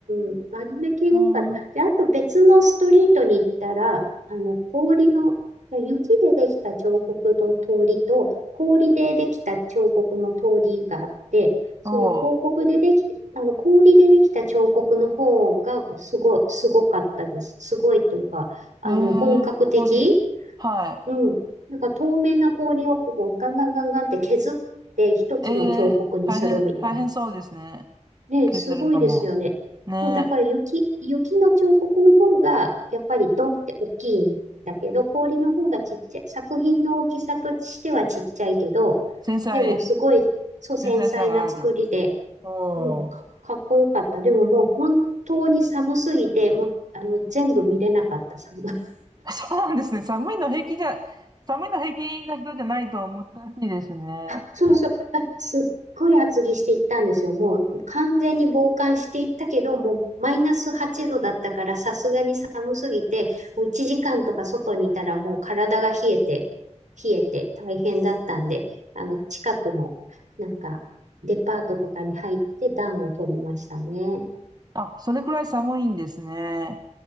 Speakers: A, on the right; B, on the right.
A: うんアニメ系が多かった。
B: うん。
A: で、あと別のストリートに行ったら、あの、氷の、いや雪でできた彫刻の通りと、氷でできた彫刻の通りがあって、その広告でできて、
B: お
A: あの、氷でできた彫刻の方がすごい、すごかったです。すごいっていうか、あの、
B: おえー、
A: 本格的
B: 氷。は
A: うん。なんか透明な氷をこうガンガンガンガンって削って一つの彫刻にするみたいな。
B: い。えー、大変、大変そうですね。
A: ね、
B: 削るのも、
A: すごいですよね。
B: ね、
A: そう、だから雪、雪の彫刻の方が、やっぱりドンって大きいんだけど、氷の方がちっちゃい。作品の大きさとしてはちっちゃいけど、
B: 繊細、
A: でもすごい、そう、
B: 繊細さがある。
A: 繊細な作りで、
B: おー。
A: うん、か、かっこよかった。でももう本当に寒すぎて、もう、あの、全部見れなかった、寒、<laughs>
B: <laughs> そうなんですね。寒いの平気じゃ、寒いの平気な人じゃないと難しいですね。
A: あ、そうそう。あ、すっごい厚着していったんですよ。もう完全に防寒していったけど、もうマイナス8度だったから、さすがに寒すぎて、もう1時間とか外にいたらもう体が冷えて、冷えて大変だったんで、あの、近くの、なんか、デパートとかに入って暖を取りましたね。
B: あ、それくらい寒いんですね。